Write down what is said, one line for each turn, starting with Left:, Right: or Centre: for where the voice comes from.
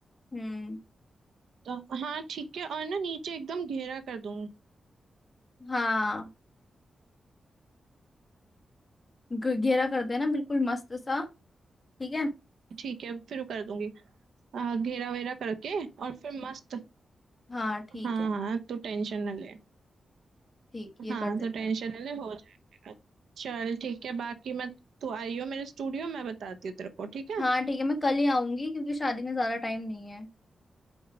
Left: हम्म
Right: तो हाँ ठीक है और ना नीचे एकदम घेरा कर दूंगी
Left: हाँ घ- घेरा कर देना बिल्कुल मस्त सा ठीक है
Right: ठीक है फिर कर दूंगी आ, घेरा वेरा करके और फिर मस्त
Left: हाँ ठीक
Right: हाँ
Left: है
Right: हाँ तू टेंशन ना ले
Left: ठीक ये
Right: हाँ
Left: कर देते
Right: तो टेंशन
Left: हैं
Right: नहीं ले हो जाएगा चल ठीक है बाकी मैं तू आइयो मेरे स्टूडियो मैं बताती हूँ तेरे को ठीक है
Left: हाँ ठीक है मैं कल ही आऊंगी क्योंकि शादी में ज्यादा टाइम नहीं है